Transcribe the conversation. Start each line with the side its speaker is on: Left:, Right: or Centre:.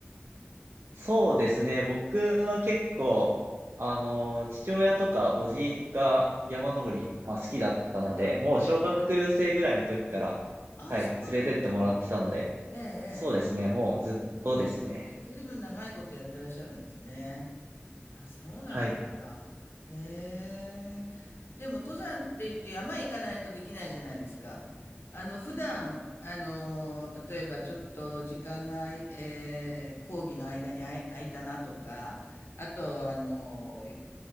Right: そうですね。僕は結構、あの、父親とかおじいが山登り、まあ、好きだったので、
Left: ああ、なるほど。
Right: もう小学生ぐらいの時から、
Left: まあ、ああ、
Right: はい、
Left: そうなん
Right: 連れてってもらってたので、
Left: ええ、ええ。
Right: そうですね。
Left: ええ
Right: もうずっとですね。
Left: ああ、じゃあ、ずいぶん長いことやってらっしゃるんですね。あ、そうなんですか。
Right: はい。
Left: へえ。でも登山って言うと山行かないとできないじゃないですか。あの、普段、あの、例えばちょっと時間が、えー、講義の間にあい空いたなとか、あと、あの、